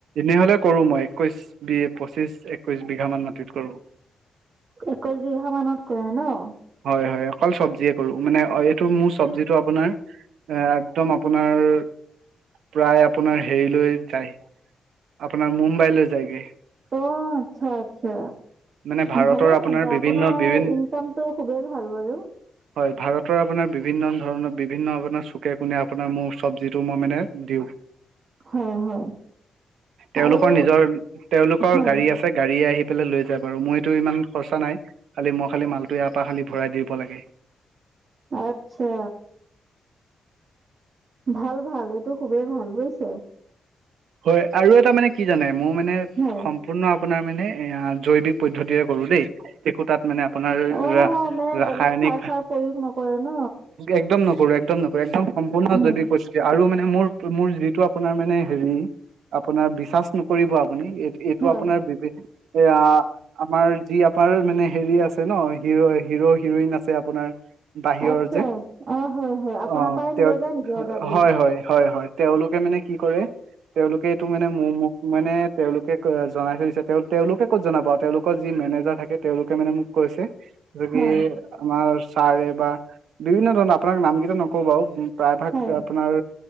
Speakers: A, on the right (about 85°); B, on the right (about 50°).
A: যিহ'লে কৰোঁ মই একৈছ বি পঁচিছ একৈছ বিঘামান মাটিত কৰোঁ।
B: একৈশ বিঘা মানত কৰে ন'?
A: হয় হয় অকল চব্জিয়ে কৰো মানে অ' এইটো মোৰ চব্জিটো আপোনাৰ। এ একদম আপোনাৰ প্ৰায় আপোনাৰ হেৰিলৈ যায়। আপোনাৰ মুম্বাইলৈ যায়গে।
B: অ আচ্ছা আচ্ছা।
A: মানে ভাৰতৰ
B: ভালে
A: আপোনাৰ
B: তেন্তে
A: বিভিন্ন
B: আপোনাৰ
A: বিভিন
B: ইনকামতটো খুবেই ভাল বাৰু।
A: হয় ভাৰতৰ আপোনাৰ বিভিন্ন ধৰণৰ বিভিন্ন আপোনাৰ চুকে কোণে আপোনাৰ মোৰ চব্জিটো মই মানে দিওঁ।
B: হয় হয়
A: তেওঁলোকৰ
B: আৰু
A: নিজৰ তেওঁলোকৰ
B: হয়
A: গাড়ী। পিছে গাড়ী আহি পেলাই লৈ যা বাৰু মইটো ইমান খৰচা নাই। খালি মই খালি মালটো ইয়াৰ পৰা খালি ভৰাই দিব লাগে।
B: আচ্ছা। ভাল ভাল এইটো খুবেই ভাল বুজিছে।
A: হয় আৰু এটা মানে কি জানে মোৰ মানে খং।
B: হয়
A: সম্পূৰ্ণ আপোনাৰ মানে এয়া জৈৱিক পদ্ধতিৰে কৰো দেই। একো তাত মানে আপোনাৰ
B: অ
A: ৰাস
B: মানে
A: ৰাসায়নিক
B: বেলেগ সাৰ চাৰ প্ৰয়োগ নকৰে ন
A: একদম ন। নপৰে একদম নপৰে একদম সম্পূৰ্ণ
B: হয়
A: জৈৱিক পৰিস্থিতি আৰু মানে মোৰ মোৰ যিটো আপোনাৰ মানে হেৰি। আপোনাৰ বিশ্বাস নকৰিব আপুনি এই এইটো
B: হয়
A: আপোনাৰ বিবেক এয়া। আমাৰ যি আপাৰ মানে হেৰি আছে ন হিৰো হিৰো হিৰইন আছে আপোনাৰ। বাহিৰৰ
B: আচ্ছা
A: যে,
B: অ হয় হয় আপোনাৰ
A: অ
B: পৰাই
A: তেৱত
B: লৈ যায় নেকি অৰ্ডাৰ দি
A: হয় হয় হয় হয়। তেওঁলোকে মানে কি কৰে। তেওঁলোকে এইটো মানে ম মোক তেওঁলোকে এটো মানে মো ম মানে তেওঁলোকে অ জনাই থৈ দিছে তেওঁ তেওঁলোকে ক'ত জনাব তেওঁলোক। কৰ যি মেনেজাৰ থাকে তেওঁলোকে মানে মোক কৈছে। বাকি
B: হয়
A: আমাৰ ছাৰে বা বিভিন্ন ধৰণৰ আপোনাক নাম কেইটা নকওঁ বাৰু। প্ৰায় ভাগ
B: হয়
A: আপোনাৰ